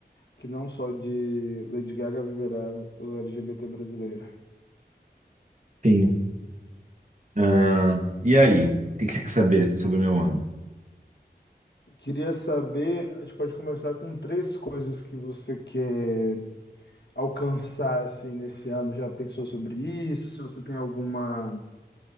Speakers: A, on the left (about 80°); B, on the right (about 45°).
A: que não só de Lady Gaga viverá o LGBT brasileiro.
B: Sim. Ah, e aí? O que que você quer saber sobre o meu ano?
A: Queria saber, a gente pode começar com três coisas que você quer. alcançar assim nesse ano? Já pensou sobre isso? Se você tem alguma